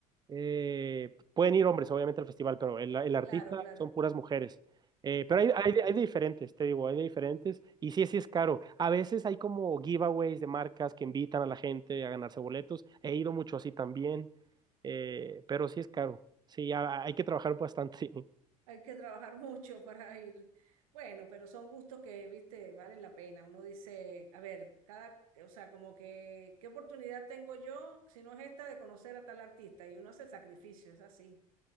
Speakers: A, on the right; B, on the right.
A: Eh, pueden ir hombres, obviamente, al festival, pero el, el artista
B: Claro, claro.
A: son puras mujeres. Eh,
B: Pura-
A: pero hay, hay de hay de diferentes, te digo, hay de diferentes. Y sí, sí es caro. A veces hay como giveaways de marcas que invitan a la gente a ganarse boletos. He ido mucho así también, eh, pero sí es caro. Sí, ha- hay que trabajar bastante. <laughs>
B: hay que trabajar <laughs> mucho para ir. Bueno, pero son gustos que, viste, valen la pena. Uno dice, a ver, cada, o sea, como que, ¿qué oportunidad tengo yo, si no es esta, de conocer a tal artista? Y uno hace el sacrificio, es así,